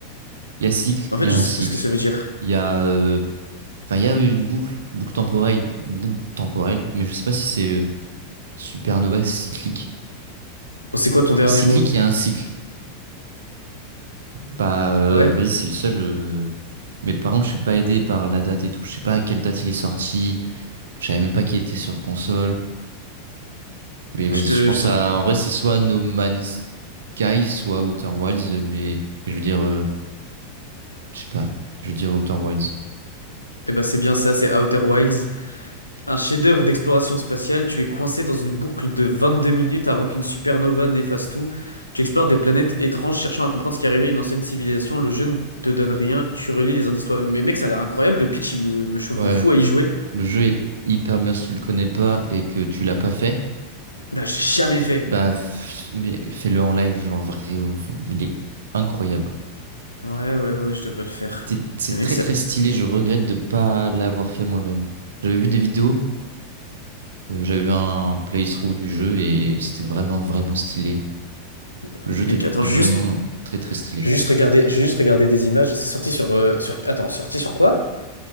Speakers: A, on the right (about 65°); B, on the left (about 80°).
A: il y a cycle,
B: En fait,
A: il y
B: je
A: a un
B: sais
A: cycle,
B: pas ce que ça veut dire.
A: il y a, euh, enfin, il y a une boucle, boucle temporelle, boucle temporelle, mais je sais pas si c'est euh, supernova cyclique.
B: Bon, C'est quoi ton dernier
A: Euh, Cyclique,
B: mot?
A: il y a un cycle. Bah, euh,
B: Ouais?
A: vas-y, c'est le seul. euh, Mais par contre, je suis pas aidé par la date et tout. Je sais pas à quelle date il est sorti. Je savais même pas qu'il était sur console. Mais vas-y,
B: Je te...
A: je
B: Je
A: pense
B: te...
A: à, en vrai, c'est soit No Man's Sky, soit Outer Wilds, mais, mais je veux dire, euh, je sais pas, je veux dire Outer Wilds.
B: Eh ben c'est bien ça, c'est Outer Wilds. Un chef-d'œuvre d'exploration spatiale, tu es coincé dans une boucle de 22 minutes avant qu'une supernova n'efface tout. Tu explores des planètes étranges, cherchant à comprendre ce qui arrivait à une ancienne civilisation. Le jeu ne te donne rien, tu relis les indices toi-même. Mais mec, ça a l'air incroyable, le pitch, il me, me chauffe
A: Ouais,
B: de fou à y jouer.
A: le jeu est hyper bien si tu le connais pas et que tu l'as pas fait.
B: Bah, j'ai jamais fait.
A: Bah, f- mais fais-le en live, genre vraiment, il est incroyable.
B: Ouais, ouais, ouais, je devrais le faire.
A: T'es- C'est
B: Mais mec,
A: très
B: celle-là.
A: très stylé, je regrette de pas l'avoir fait moi-même. J'avais vu des vidéos, euh, j'avais vu un playthrough du jeu et c'était vraiment vraiment stylé.
B: Ah,
A: Le
B: Mais
A: jeu était
B: mec, attends, j'ai
A: vraiment
B: juste.
A: très très stylé.
B: J'ai juste regardé, j'ai juste regardé des images. C'est sorti sur, euh, sur. Attends, sorti sur quoi?